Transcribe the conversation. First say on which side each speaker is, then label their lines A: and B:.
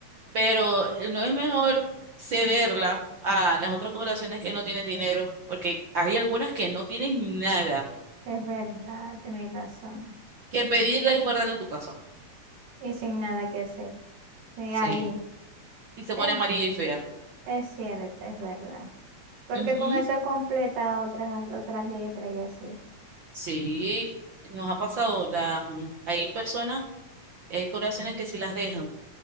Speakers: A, on the right (about 65°); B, on the right (about 85°).
A: pero no es mejor cederla a las otras corporaciones que no tienen dinero, porque hay algunas que no tienen nada,
B: Es verdad, tenéis razón.
A: que pedirla y guardarla en tu casa.
B: Y sin nada que hacer. Y
A: Sí,
B: ahí,
A: y se
B: eh,
A: pone amarilla y fea.
B: es cierto, es verdad. Porque
A: Ujú.
B: con eso completa otras, otras letras y así.
A: Sí, nos ha pasado, la, mm, hay personas, hay corporaciones que sí las dejan.